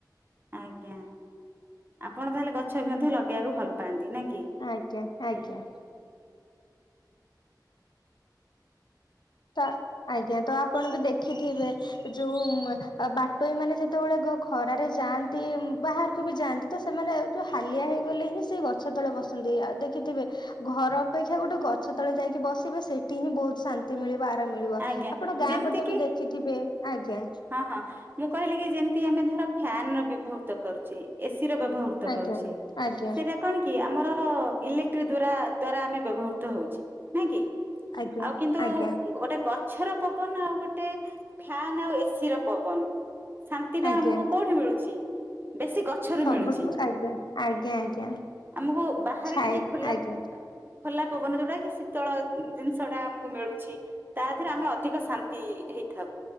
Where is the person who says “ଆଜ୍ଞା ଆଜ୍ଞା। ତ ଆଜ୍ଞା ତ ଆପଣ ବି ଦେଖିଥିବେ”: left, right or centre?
Left